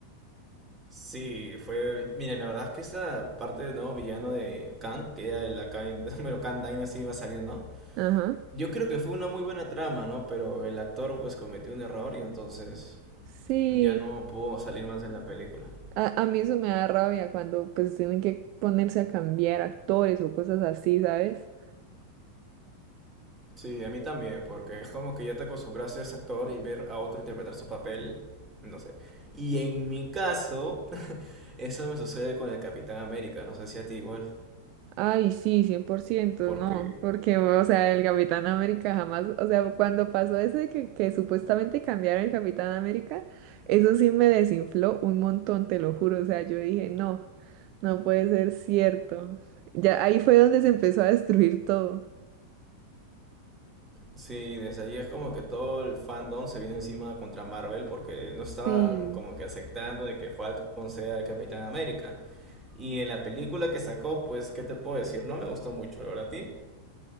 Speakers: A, on the right; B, on the right.
A: Sí, fue. Miren, la verdad es que esa parte del nuevo villano de Kang, que era el acá, <laughs> bueno, Kang Dynasty iba a salir, ¿no?
B: Ajá.
A: Yo creo que fue una muy buena trama, ¿no? Pero el actor pues cometió un error y entonces
B: Sí,
A: ya no pudo salir más en la película.
B: a, a mí eso me da rabia cuando pues tienen que ponerse a cambiar actores o cosas así, ¿sabes?
A: Sí, a mí también, porque es como que ya te acostumbraste a ese actor y ver a otro interpretar su papel, no sé. Y en mi caso, eso me sucede con el Capitán América, no sé si a ti igual,
B: Ay, sí, 100%,
A: porque
B: no, porque, o sea, el Capitán América jamás, o sea, cuando pasó ese que, que supuestamente cambiaron el Capitán América, eso sí me desinfló un montón, te lo juro, o sea, yo dije, no, no puede ser cierto. Ya ahí fue donde se empezó a destruir todo.
A: Sí, desde ahí es como que todo el fandom se viene encima contra Marvel porque no estaban
B: Sí,
A: como que aceptando de que Falcon sea Capitán América. Y en la película que sacó, pues, ¿qué te puedo decir? No me gustó mucho, ¿verdad a ti?